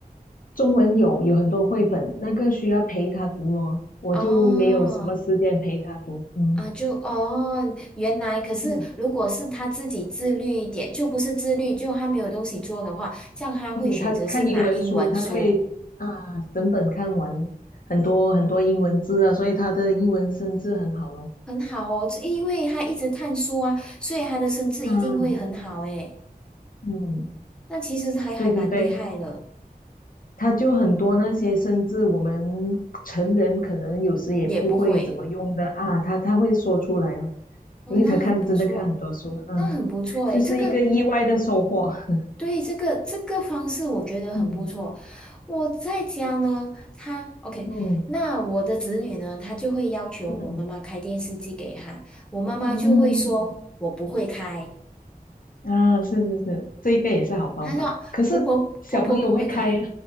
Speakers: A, on the left; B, in the centre.
A: 中文有有很多绘本，那个需要陪他读咯，我就没有什么时间陪他读。
B: 哦
A: 嗯
B: 啊，就哦，原来可是，
A: 嗯。
B: 如果是他自己自律一点，就不是自律，就他没有东西做的话，像他会选择性拿英文书，
A: 嗯，他看英文书，他可以啊整本看完很多很多英文字啊，所以他的英文生字很好咯。
B: 很好哦，这因为他一直看书啊，所以他的生字一定会很好诶。
A: 嗯嗯，
B: 那其实还还蛮厉害的，
A: 对对对，他就很多那些生字，我们成人可能有时也不会怎么用的啊，
B: 也不会
A: 他他会说出来哦，
B: 哦，
A: 因为他看真的看很多书，
B: 那很不错，
A: 嗯，
B: 那很不错诶，
A: 就是一个意外的收获。
B: 这个
A: <laughs>
B: 对，这个这个方式我觉得很不错。
A: 嗯
B: 我在家呢，他 OK，
A: 嗯
B: 那我的子女呢，他就会要求我妈妈开电视机给他，
A: 嗯
B: 我妈妈就会说我不会开，
A: 嗯，啊，是是是，这一个也是好方法。
B: 她说婆婆婆婆不会开，
A: 可是小朋友会开呀，